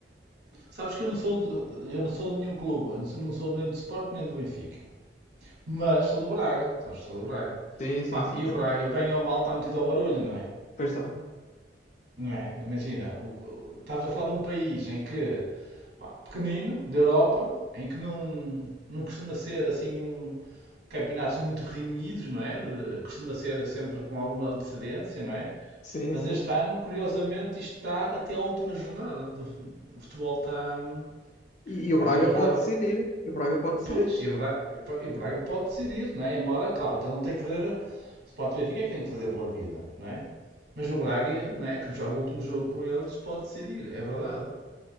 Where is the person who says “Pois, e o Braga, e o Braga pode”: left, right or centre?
Right